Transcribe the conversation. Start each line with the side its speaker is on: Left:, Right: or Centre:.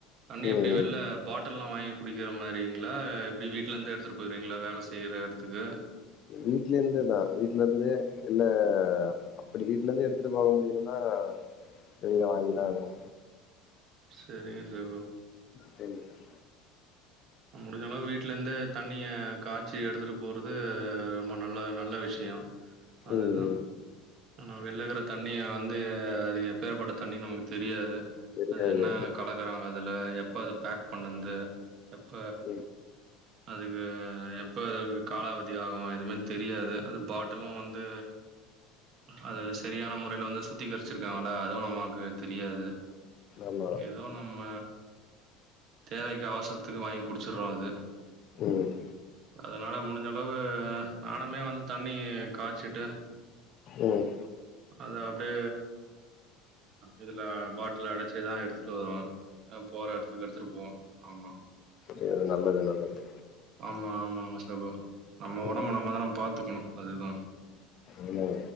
Right: தண்ணி
Left: ம்,
Right: எப்டி
Left: ம்.
Right: வெள்ள பா ட்டல்லா வாங்கி குடிக்கிற மாரிங்ளா எப்டி வீட்லருந்து எடுத்துட்டு போயிருவீங்ளா வேல செய்ற எடத்துக்கு
Left: வீட்ல இருந்து தா வீட்ல இருந்தே என்ன அப்படி வீட்ல இருந்து எடுத்துட்டு போக முடியிலன்னா வெளிய வாங்கிதா ஆகணு
Right: சேரிங்க சகோ
Left: <unintelligible>
Right: முடிஞ்ச அளவு வீட்ல இருந்து தண்ணிய காய்ச்சு எடுத்துட்டு போறது ரொம்ப நல்ல நல்ல விஷயோ அதுதா
Left: ம்.
Right: ஆனா வெள்ல இருக்குற தண்ணிய வந்து அது எப்பேயர்ப்பட்ட தண்ணின் நமக்கு தெரியாது
Left: தெரியாது.
Right: அது என்னா கலக்குறாங்க அதுல எப்ப அது பேக் பண்ணன்து எப்ப
Left: ம்.
Right: அதுக்கு எப் எப்ப அது காலாவதி ஆகு எதுமே தெரியாது அந்த பாட்டலு வந்து அது சரியான முறையில வந்து சுத்திகரிச்சிருக்காங்கள அதுவு நமாக்கு தெரியாது
Left: ஆமா.
Right: ஏதோ நம்ம தேவைக்கு அவசரத்துக்கு வாங்கி குடிச்சடுறோ அத
Left: ம்
Right: அதனால முடிஞ்ச அளவு நானுமே வந்து தண்ணி காச்சிட்டு
Left: ம்
Right: அது அப்டே இதுல பாட் ல அடச்சிதா எடுத்துட்டு வரோ போற எடத்துக்கு எடுத்துட்டு போவோ ஆமா
Left: சேரி நல்லது நல்லது
Right: ஆமா ஆமாங்க சகோ நம்ம
Left: ம்.
Right: ஒடம்ப நம்மதான பாத்துக்கணு அதுதா
Left: ஆமாங்க